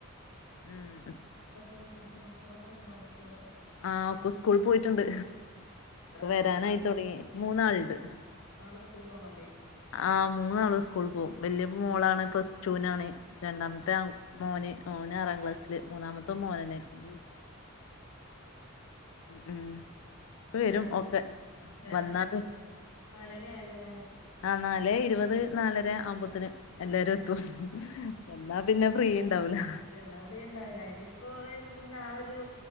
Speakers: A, on the left (about 65°); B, on the left (about 80°).
A: ഉം
B: പിന്നെ വേറെന്തൊക്കെ വിശേഷം മക്കളൊക്കെ ഉണ്ടൊ? സ്കൂള്
A: ആഹ് സ്കൂള് പോയിട്ടുണ്ട്
B: എത്ര ആളാ
A: വരാനായി തൊടങ്ങി മൂന്നാളുണ്ട്.
B: മൂന്നാള് സ്കൂള് പോണേലേയ്ക്കും?
A: ആഹ്. മൂന്നാള് സ്കൂള് പോകും. വല്യ മോളാണ് പ്ലസ് ടൂവിനാണ് രണ്ടാമത്തെ
B: അതെ
A: ആ മോന് മോന്ആറാം ക്ലാസ്സില് മൂന്നാമത്തും മോനന്നേ ഉം
B: അതെന്നെ എൽ കെ ജി.
A: ഉം ഇപ്പ വരും
B: കട്
A: ഒക്കെ
B: വരാനായല്ലല്ലേ
A: വന്നാ പി
B: നാലണി ആയല്ലലേ.
A: ആഹ് നാലേഇരുപത് നാലര ആവ്മ്പോത്തിന് എല്ലാരും എത്തും. വന്നാ പിന്നെ ഫ്രീ ഉണ്ടാവൂല. ഹ്ഹ
B: വന്നാഫ്രീണ്ടാവൂല ഇനിപ്പോ വൻ നാളൊരു